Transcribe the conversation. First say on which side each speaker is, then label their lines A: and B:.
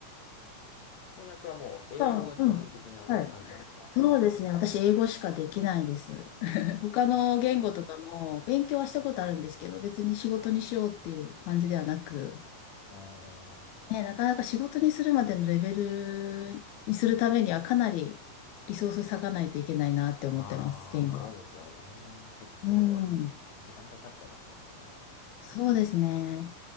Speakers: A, on the left; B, on the left.
A: 翻訳はもう英語が基本的な感じなんですか
B: あうん。はい。そうですね。私、英語しかできないです。<laughs> 他の言語とかも勉強はしたことあるんですけど、別に仕事にしようっていう感じではなく、
A: はいおー
B: ね、なかなか仕事にするまでのレベルにするためにはかなりリソース割かないといけないなって思ってます、
A: ああ、
B: 言語は。
A: そうですよね。結構、
B: うん。
A: 時間かかっちゃいますもんね。
B: そうですね。